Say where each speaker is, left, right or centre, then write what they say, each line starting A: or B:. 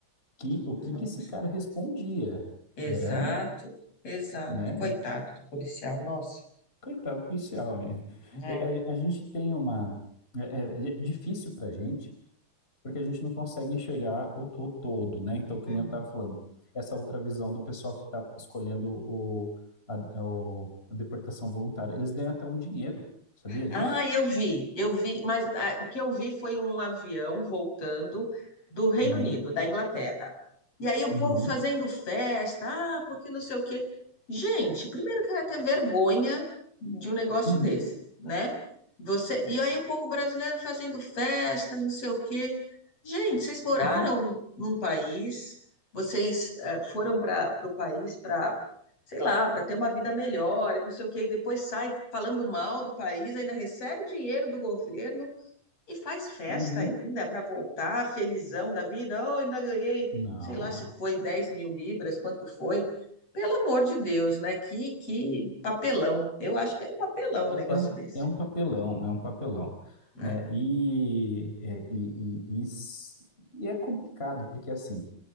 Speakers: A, on the left; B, on the left.
A: que o
B: Nossa.
A: que que esse cara respondia?
B: Exato,
A: Era,
B: exato.
A: né?
B: Coitado do policial, nossa.
A: Coitado do policial, né?
B: É.
A: É, é, A, gente tem uma é, é é difícil para gente porque a gente não consegue enxergar o, o todo, né? Então, que
B: uhum.
A: nem eu estava falando, essa outra visão do pessoal que está escolhendo o, a, o- a deportação voluntária, eles ganham até um dinheiro, sabia
B: Ah,
A: disso?
B: eu vi, eu vi, mas ah, o que eu vi foi um avião voltando do Reino
A: Uhum,
B: Unido, da Inglaterra. E aí o
A: uhum,
B: povo fazendo festa, ah, porque não sei o quê. Gente, primeiro que eu ia ter vergonha de um negócio
A: uhum,
B: desse, né? Você, e aí o povo brasileiro fazendo festa, não sei o quê. Gente, vocês moraram
A: uhum,
B: num país, vocês eh, foram para o país para sei lá, para ter uma vida melhor e não sei o quê, e depois sai falando mal do país, ainda recebe dinheiro do governo e faz festa
A: uhum.
B: ainda para voltar felizão da vida. Oh, ainda ganhei,
A: Não.
B: sei lá se foi 10 mil libras, quanto foi. Pelo amor de Deus, né? Que, que papelão. Eu acho que é um papelão
A: É,
B: um negócio
A: é um,
B: desse,
A: é um papelão, é um papelão,
B: né?
A: né? E, é, e, e, e s- e é complicado, porque assim,